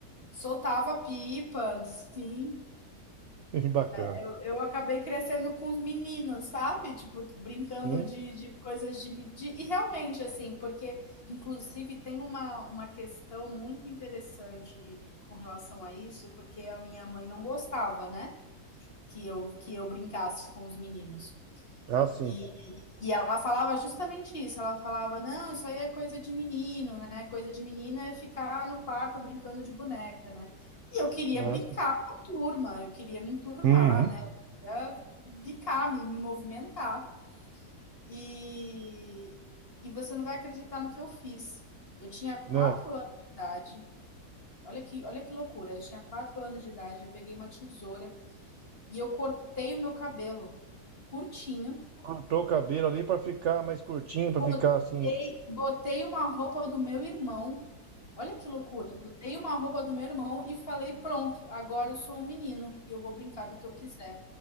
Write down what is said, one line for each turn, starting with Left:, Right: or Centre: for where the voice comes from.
Left: soltava pipa, sim.
Right: <laughs> Bacana.
Left: Eu eu acabei crescendo com os meninos, sabe, tipo, brincando
Right: Sim.
Left: de de coisas de de e realmente, assim, porque inclusive tem uma uma questão muito interessante com relação a isso, porque a minha mãe não gostava, né, que eu que eu brincasse com os meninos.
Right: Ah, sim.
Left: E, e ela falava justamente isso. Ela falava: não, isso aí é coisa de menino, né? Coisa de menina é ficar no quarto brincando de boneca, né? E eu queria
Right: Ah,
Left: brincar
Right: sim.
Left: com a turma, eu queria me enturmar,
Right: Uhum.
Left: né? Eu queria brincar, me, me movimentar. E, e você não vai acreditar no que eu fiz. Eu tinha quatro
Right: Né?
Left: anos de idade. Olha que, olha que loucura. Eu tinha quatro anos de idade. Eu peguei uma tesoura e eu cortei o meu cabelo curtinho
Right: Cortou o cabelo ali para ficar mais curtinho,
Left: Botei,
Right: para ficar assim.
Left: botei uma roupa do meu irmão. Olha que loucura. Botei uma roupa do meu irmão e falei: pronto, agora eu sou um menino e eu vou brincar do que eu quiser.